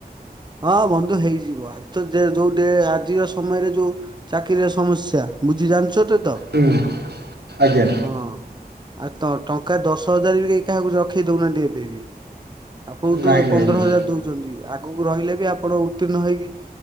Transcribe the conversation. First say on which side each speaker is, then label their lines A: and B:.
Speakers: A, on the right; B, on the right.
A: ହଁ ବନ୍ଧୁ ହେଇଯିବ ଆଜି ତ <unintelligible> ଆଜିର ସମୟରେ ଯୋଉ ଚାକିରିଆ ସମସ୍ୟା ବୁଝି ଜାଣିଛ ତ ତ।
B: ହୁଁ ଆଜ୍ଞା।
A: ହଁ। ଆଉ ତ ଟଙ୍କା ଦଶ ହଜାର ବି କେହି କାହାକୁ ରଖାଇ ଦେଉନାହାନ୍ତି ଏବେ ବି। ଆପଣଙ୍କୁ
B: ନାଇଁ
A: ତ
B: ନାଇଁ
A: ପନ୍ଦର
B: ନାଇଁ।
A: ହଜାର ଦଉଛନ୍ତି ଆଗକୁ ରହିଲେ ବି ଆପଣ ଉତ୍ତୀର୍ଣ ହେଇକି